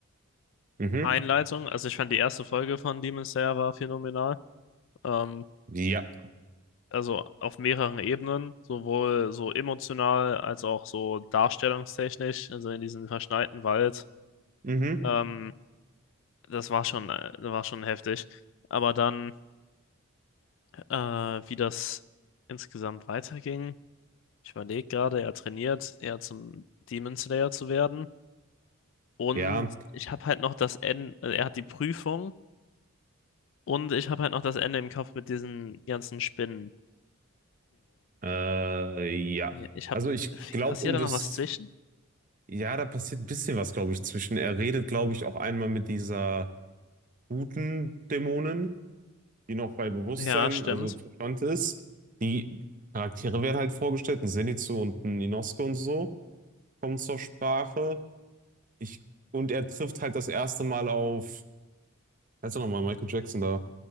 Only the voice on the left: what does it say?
Einleitung. Also ich fand die erste Folge von Demon Slayer war phänomenal. Ähm,
also auf mehreren Ebenen, sowohl so emotional als auch so darstellungstechnisch, also in diesem verschneiten Wald.
Ähm, das war schon, äh, war schon heftig. Aber dann, äh, wie das insgesamt weiterging, ich überlege gerade, er trainiert, er zum Demon Slayer zu werden. Und
ich habe halt noch das Ende, also er hat die Prüfung und ich habe halt noch das Ende im Kopf mit diesen ganzen Spinnen-Dämonen.
Ja, ich habe,
passiert
da
noch was zwischen?
Ja, stimmt.